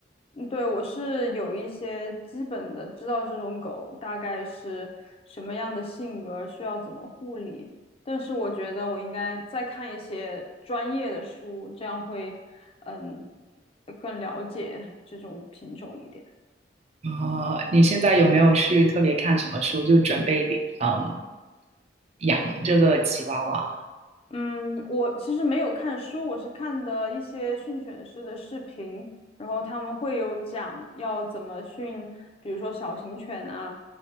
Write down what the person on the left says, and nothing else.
嗯对，我是有一些基本的知道这种狗大概是什么样的性格，需要怎么护理。但是我觉得我应该再看一些专业的书，这样会，嗯，更了解这种品种一点。
嗯，我其实没有看书，我是看的一些训犬师的视频，然后他们会有讲要怎么训，比如说小型犬啊，